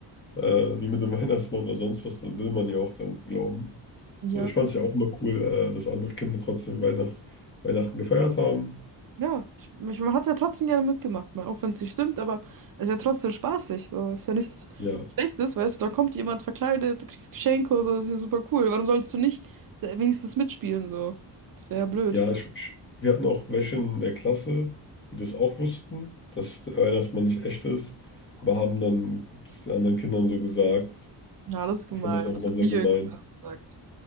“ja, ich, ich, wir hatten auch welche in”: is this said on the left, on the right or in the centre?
Left